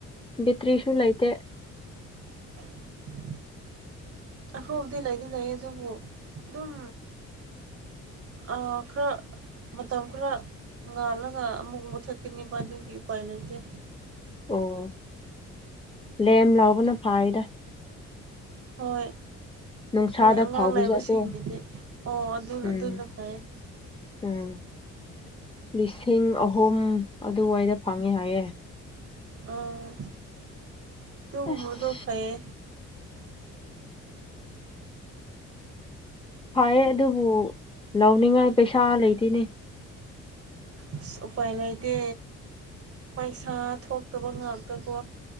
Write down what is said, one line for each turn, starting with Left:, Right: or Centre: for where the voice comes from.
Left: ꯕꯦꯇ꯭ꯔꯤꯁꯨ ꯂꯩꯇꯦ
Right: <inaudible> ꯑꯍꯣꯕꯗꯤ ꯂꯩꯗꯤ ꯂꯩ ꯑꯗꯨꯕꯨ ꯑꯗꯨꯝ ꯑꯥ ꯈ꯭ꯔ ꯃꯇꯝ ꯈ꯭ꯔ ꯉꯥꯜꯂꯒ ꯑꯃꯨꯛ ꯃꯨꯊꯠꯀꯅꯤꯕꯥ ꯏꯕꯥꯅꯤꯒꯤ ꯎꯄꯥꯏ ꯂꯩꯇꯦ
Left: ꯑꯣ ꯂꯦꯝ ꯂꯥꯎꯕꯅ ꯐꯥꯏꯌꯦꯗ
Right: ꯍꯣꯏ
Left: ꯅꯨꯡꯁꯥꯗ
Right: ꯍꯣꯏ ꯑꯉꯥꯡ
Left: ꯐꯥꯎꯕ
Right: ꯂꯥꯏꯕꯁꯤꯡꯒꯤꯗꯤ
Left: ꯖꯥꯠꯇꯣ
Right: ꯑꯣ ꯑꯗꯨ
Left: ꯎꯝ
Right: ꯑꯗꯨꯅ ꯐꯩꯑꯦ
Left: ꯎꯝ ꯂꯤ ꯁꯤꯡ ꯑꯍꯨꯝ ꯑꯗꯨꯋꯥꯏꯗ ꯐꯪꯉꯦ ꯍꯥꯏꯌꯦ
Right: ꯑꯥ ꯑꯗꯨꯒꯨꯝꯕꯗꯣ
Left: ꯑꯁ
Right: ꯐꯩꯌꯦ
Left: ꯐꯥꯌꯦꯦ ꯑꯗꯨꯕꯨ ꯂꯧꯅꯤꯡꯉꯥꯏ ꯄꯩꯁꯥ ꯂꯩꯇꯦꯅꯦ
Right: ꯑꯁ ꯎꯄꯥꯏ ꯂꯩꯇꯦ ꯄꯩꯁꯥ ꯊꯣꯛꯇꯕ ꯉꯥꯛꯇꯀꯣ